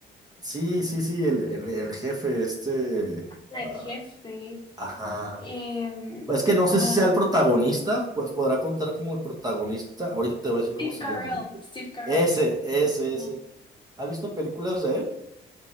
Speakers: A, on the right (about 20°); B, on the left (about 25°).
A: Sí, sí, sí, el, el- el jefe este.
B: Ah,
A: ah,
B: el jefe.
A: ajá.
B: Em,
A: Pues Es que no
B: ah,
A: sé si sea el protagonista, pues podrá contar como el protagonista. Ahorita te voy a decir
B: Steve
A: cómo se
B: Carell,
A: llama.
B: Steve Carell.
A: Ese, ese,
B: Ajá.
A: ese. ¿Has visto películas de él?